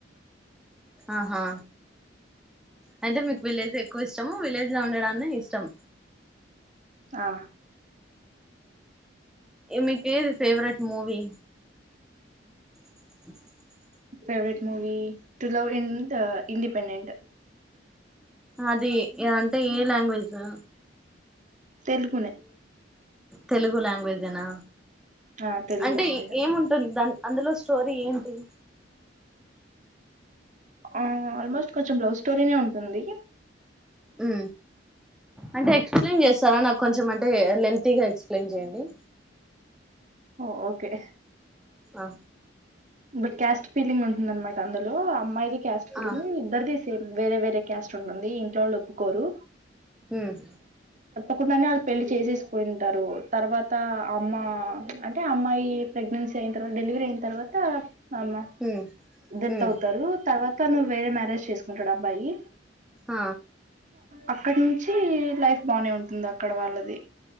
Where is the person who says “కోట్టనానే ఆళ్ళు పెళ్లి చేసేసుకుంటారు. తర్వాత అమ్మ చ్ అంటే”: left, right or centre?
Right